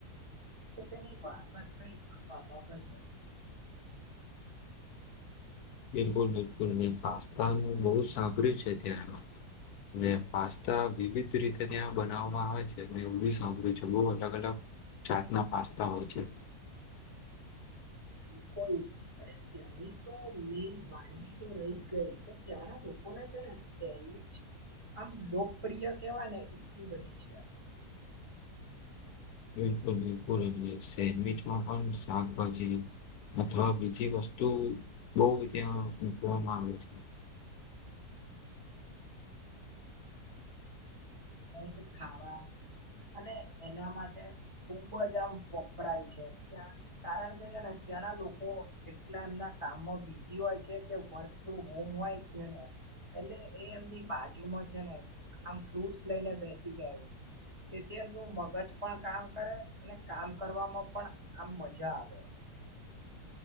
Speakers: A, on the right (about 20°); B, on the left (about 75°).
A: કે તેની વાત જ કઈક અલગ જ હોય છે <inaudible>
B: બિલકુલ બિલકુલ મેં પાસ્તાનું બહુ સાંભળ્યું છે ત્યાંનું અને પાસ્તા વિવિધ રીતે ત્યાં બનાવવામાં આવે છે એવું બી સાંભળ્યું છે બહુ અલગ અલગ જાાતના પાસ્તા હોય છે
A: <inaudible> કોઈ અને ત્યાંની તો મેન વાનગી તો રહી જ ગઈ કે ત્યાંના લોકોને છે ને સેન્ડવીચ આમ લોકપ્રિય કેવા ને એટલી બધી છે <inaudible>
B: બિલકુલ બિલકુલ સેન્ડવીચમાં પણ શાકભાજી અથવા બીજી વસ્તુ બહુ ત્યાં મૂકવામાં આવે છે
A: <inaudible> જે ખાવા અને એના માટે ખુબ જ આમ વપરાય છે ક્યાં કારણ કે છે ને ત્યાંના લોકો એટલા એમના કામમાં બી સિ હોય છે કે વર્ક ટુ હોમ હોય છેને એટલે એ એમની બાજુમાં છે ને આમ ફ્રૂટસ લઈને બેસી જાય તેથી એમનું મગજ પણ કામ કરે અને કામ કરવામાં પણ આમ મજા આવે <inaudible>